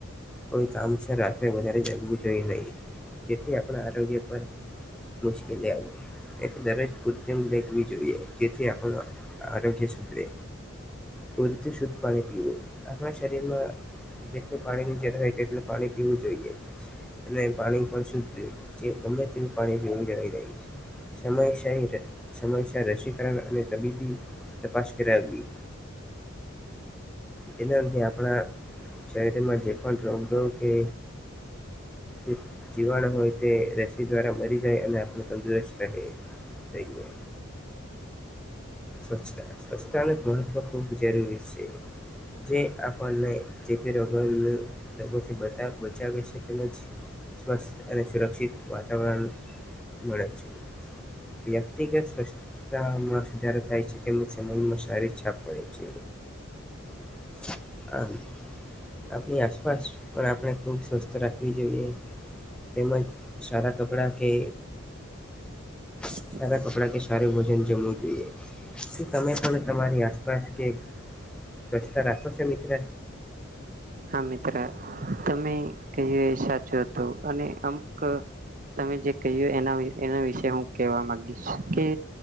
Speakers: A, in the centre; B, on the right (about 40°).
A: કોઈ કામ છે રાત્રે વધારે જાગવું જોઈ નહી. જેથી આપડા આરોગ્ય પર મુશ્કેલી આવે. એથી દરેક જોઈએ જેથી આપડું આરોગ્ય સુધરે. પૂરતી શુદ્ધ પાણી પીવું આપડા શરીરમાં જેટલું પાણીનું જરૂર હોય તેટલું પાણી પીવું જોઈએ. અને પાણી પણ શુધ પીવું જે ગમ્મે તેવું પાણી પીવું કે નહીં સમય સમયસર રસીકરણ અને તબીબી તપાસ કરાવી. જેના થી આપડા શરીરમાં જે પણ રોગદોગ કે જે જીવાણ હોય તે રસી દ્વારા મરી જાય અને આપડે તંદુરસ્ત રહે રહીએ. સ્વચ્છતા સ્વચ્છતા ને મહત્વ ખૂબ જરૂરી છે. જે આપણને ચેપી રોગોને રોગોથી બચા-બચાવે છે તેમજ સ્વસ્થ અને સુરક્ષિત વાતાવરણ મળે છે. વ્યક્તિગત સ્વચ્છતામાં <unintelligible> થાય છે તેમ સમજમાં સારી છાપ પડે છે. <inaudible> આપણી આસપાસ પણ આપણે ખૂબ સ્વચ્છતા રાખવી જોઈએ તેમજ સારા કપડાં કે
B: <inaudible>
A: સારા કપડા કે સારું ભોજન જમવું જોઈએ તમે પણ તમારી આસપાસ કે સ્વચ્છતા રાખો છો મિત્ર.
B: હા મિત્ર તમે કહીયું એ સાચું હતું અને અમુક તમે જે કહ્યું એના એના વિશે હું કેહેવા માંગીશ કે